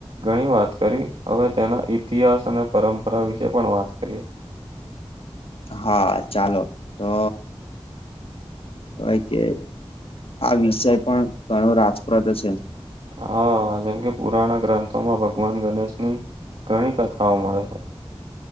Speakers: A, on the right (about 65°); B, on the left (about 65°).
A: ઘણી વાત કરી હવે તેના ઈતિહાસ અને પરંપરા વિશે પણ વાત કરીએ.
B: હા ચાલો તો હોય કે આ વિષય પણ ઘણો રાજપ્રદ છે.
A: હા જેમ કે પુરાના ગ્રંથોમાં ભગવાન ગણેશની ઘણી કથાઓ મળે છે.